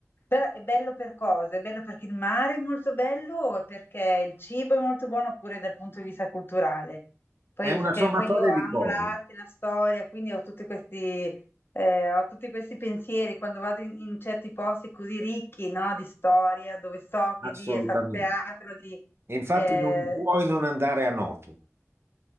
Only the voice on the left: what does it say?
Però è bello per cosa? È bello perché il mare è molto bello o perché il cibo è molto buono oppure dal punto di vista culturale? Poi,
perché
poi io amo
l'arte, la storia, quindi ho tutti questi, eh, ho tutti questi pensieri quando vado in, in certi posti così ricchi, no, Di storia, dove so
che lì è stato teatro di...
eh,